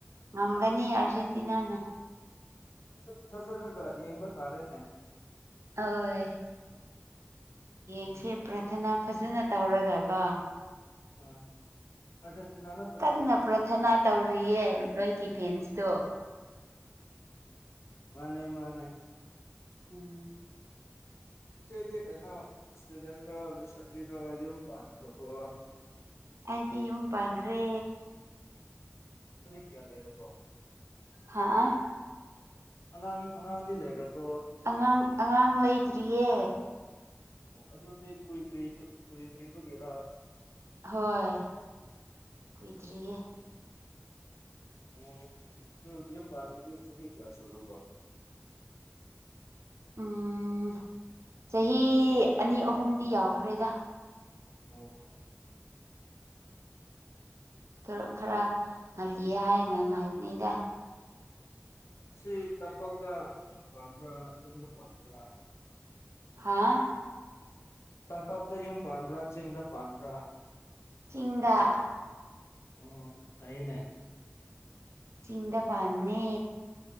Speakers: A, on the right; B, on the left.
A: ꯉꯝꯒꯅꯤ ꯑꯥꯔꯖꯦꯟꯇꯤꯅꯥꯅ
B: ꯊꯥꯖꯔꯒ ꯌꯦꯡꯕ ꯇꯥꯔꯦꯅꯦ
A: ꯍꯣꯏ ꯌꯦꯡꯁꯦ
B: ꯎꯝ
A: ꯄ꯭ꯔꯊꯅꯥ ꯐꯖꯅ ꯇꯧꯔꯒ ꯀꯣ
B: ꯑ ꯑꯔꯖꯦꯟꯇꯅꯥꯅ
A: ꯀꯟꯅ ꯄ꯭ꯔꯊꯅꯥ ꯇꯧꯔꯤꯌꯦ ꯅꯣꯏꯒꯤ ꯐꯦꯟꯁꯇꯣ
B: ꯃꯥꯅꯦ ꯃꯥꯅꯦ
A: ꯎꯝ
B: ꯗꯤ ꯀꯅꯣ ꯏꯁꯇꯨꯗꯦꯟ ꯔꯕꯤꯁꯇ ꯔ ꯌꯨꯝ ꯐꯥꯟ ꯈꯕ
A: ꯑꯩꯗꯤ ꯌꯨꯝ ꯄꯥꯡꯈ꯭ꯔꯦ
B: ꯀ ꯂꯩꯔꯕꯣ
A: ꯍꯥꯥ ꯑꯥ
B: ꯑꯉꯥꯡ ꯑꯉꯥꯡꯗꯤ ꯂꯩꯈ꯭ꯔꯕꯣ
A: ꯑꯉꯥꯡ ꯑꯉꯥꯡ ꯂꯩꯇ꯭ꯔꯤꯌꯦ
B: ꯑꯣ ꯑꯗꯨꯗꯤ ꯀꯣꯏꯗ꯭ꯔꯤꯕ ꯀꯣꯏꯗ꯭ꯔꯤꯒꯦꯔ
A: ꯍꯣꯏ ꯀꯨꯏꯗ꯭ꯔꯤꯌꯦ
B: ꯑꯣ ꯑꯗꯨ ꯌꯨꯝ ꯄꯥꯝꯗꯗꯤ ꯁꯨꯔꯤ ꯀꯌꯥ ꯁꯔꯕꯣ
A: ꯎꯝ ꯆꯍꯤ ꯑꯅꯤ ꯑꯍꯨꯝꯗꯤ ꯌꯥꯎꯛꯈ꯭ꯔꯦꯗ
B: ꯑꯣ ꯑꯣ
A: ꯇꯔ ꯈꯔ ꯉꯜꯂꯤ ꯍꯥꯏꯅ ꯉꯥꯏꯕꯅꯤꯗ
B: ꯑꯁꯤ ꯇꯄꯥꯛꯇ ꯑꯪ ꯄꯥꯟꯕ꯭ꯔꯥ ꯆꯤꯡꯗ ꯄꯥꯟꯕ꯭ꯔꯥ
A: ꯍꯥꯥ
B: ꯇꯝꯄꯥꯛꯇ ꯌꯨꯝ ꯄꯥꯟꯕ꯭ꯔꯥ ꯆꯤꯡꯗ ꯄꯥꯟꯕ꯭ꯔꯥ
A: ꯆꯤꯡꯗ
B: ꯑꯣ ꯐꯩꯅꯦ
A: ꯆꯤꯡꯗ ꯄꯥꯟꯅꯤ